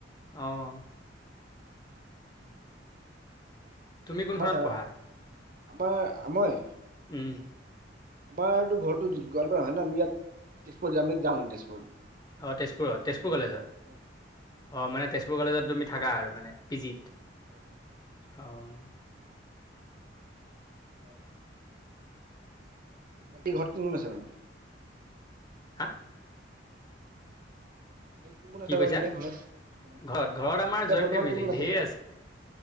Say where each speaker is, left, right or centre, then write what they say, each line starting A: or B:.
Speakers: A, on the left (about 20°); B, on the right (about 50°).
A: অ' তুমি কোনখনত
B: আমাৰ তাৰ
A: পঢ়া,
B: আমাৰ আমই
A: উম।
B: আমাৰতো ঘৰৰতো গোৱালপাৰা হয় ন আমি ইয়াত তেজপুৰ যাম যাম মান তেজপুৰ
A: অ' তেজপুৰত তেজপুৰ কলেজত
B: হয় হয়
A: অ' মানে তেজপুৰ কলেজত তুমি থাকা আৰু মানে
B: হয়
A: পি
B: হয়
A: জি ত
B: হয় হয়
A: অ'
B: উম। বাকী ঘৰত কোন কোন আছে?
A: হা?
B: কোন কোন
A: কি
B: আছে
A: কৈছা
B: বাৰু এতিয়া ঘৰত? বৰ্তমান এতিয়া
A: ঘৰত ঘৰত আমাৰ জইণ্ট
B: বৰ্তমান
A: ফেমিলি
B: কোন কোন
A: ঢেৰ
B: আছে বাৰু?